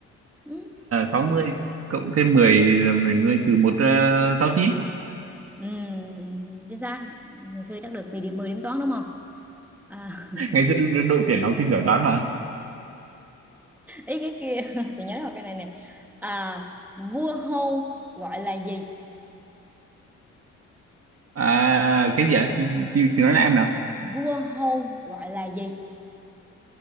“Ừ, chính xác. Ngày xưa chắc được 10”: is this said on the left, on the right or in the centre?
Centre